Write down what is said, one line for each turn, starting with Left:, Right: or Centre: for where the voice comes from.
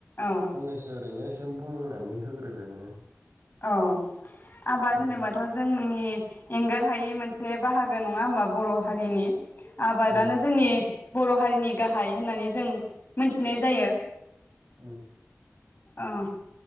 Left: औ
Right: फंनैसो ओरैनो सो बुंनानै होग्रोदो नोङो
Left: औ आबाद
Right: उम
Left: होनोबाथ' जोंनि एंगार हायि मोनसे बाहागो नङा होमबा बर' हारिनि आबादानो
Right: उम
Left: जोंनि बर' हारिनि गाहाय होननानै जों मोनथिनाय जायो
Right: उम
Left: औ